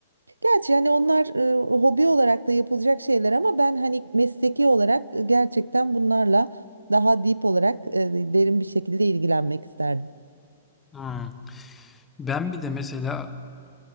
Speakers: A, on the right (about 85°); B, on the left (about 15°).
A: Gerçi hani onlar e, hobi olarak da yapılacak şeyler ama ben hani mesleki olarak e, gerçekten bunlarla daha deep olarak e, derin bir şekilde ilgilenmek isterdim.
B: Hmm. Ben bir de mesela